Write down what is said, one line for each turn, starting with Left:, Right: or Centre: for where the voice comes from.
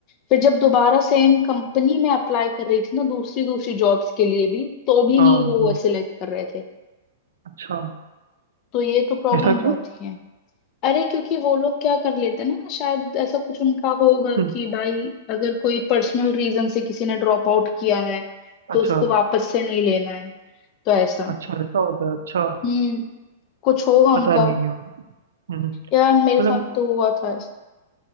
Left: फिर जब दोबारा सेम कंपनी में अप्लाई कर रही थी ना दूसरी दूसरी जॉब्स के लिए भी तो भी
Right: हाँ
Left: नहीं वो
Right: हाँ,
Left: सिलेक्ट कर रहे थे
Right: अच्छा
Left: तो ये तो प्रॉब्लम
Right: ऐसा क्यों
Left: होती है अरे क्योंकि वो लोग क्या कर लेते हैं ना शायद ऐसा कुछ उनका होगा
Right: हम्म,
Left: कि भाई अगर कोई पर्सनल रीजन से किसी ने ड्रॉप आउट किया है
Right: अच्छा
Left: तो उसको वापस से नहीं लेना है तो ऐसा
Right: अच्छा ऐसा होता है अच्छा
Left: हम्म कुछ होगा
Right: पता
Left: उनका
Right: नहीं यार हम्म,
Left: यार मेरे
Right: मतलब
Left: साथ तो हुआ था ऐसा